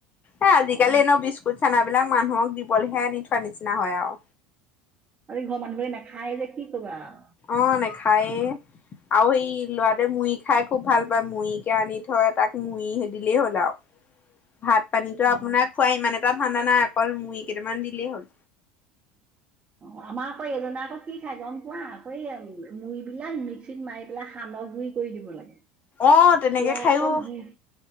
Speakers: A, on the left; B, on the right.
A: এ আজিকালি
B: অ
A: এনেও বিচ বুট চানাবিলাক মানুহক দিবলেহে আনি থোৱাৰ নিচিনা হয় আও।
B: আমি ঘৰৰ মানুহবিলাকে নাখায় যে কি কবা আও।
A: অ' নেখায়ে। আৰু ই লৰাটোৱে মুড়ি খাই খুব ভাল পায়, মুড়িকে আনি থয়, তাক মু়ড়ি দিলেই হ'ল আও। ভাত পানীতো আপোনাৰ
B: অ
A: খুৱা ইমান এটা ঠাণ্ডা নাই, অকল মুড়ি কেইটামান দিলেই হ'ল।
B: অ' আমাৰ আকৌ এইজনে আকৌ কি খাই গ'ম পোৱা, আকৌ এই মু়ড়ি বিলাক মিক্সিত মাৰি পেলাই সান্ড গুৰি কৰি দিব লাগে।
A: অ', তেনেকে
B: সেয়া
A: খায়ো
B: আকৌ গুৰ,